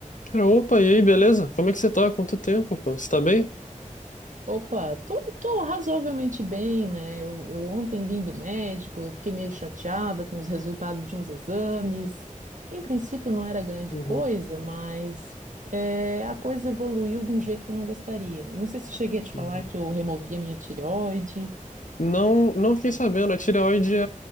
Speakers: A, on the left; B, on the right.
A: Cara, opa, e aí, beleza? Como é que você tá? Quanto tempo, pô? Você tá bem?
B: Opa, tô, tô razoavelmente bem, né? Eu, eu ontem vim do médico, eu fiquei meio chateada com os resultados de uns exames. Em princípio não era grande
A: Uhum,
B: coisa, mas é, a coisa evoluiu de um jeito que eu não gostaria. Eu não sei se cheguei a te falar
A: uhum.
B: que eu removi a minha tireoide.
A: Não, não fiquei sabendo. A tireoide é,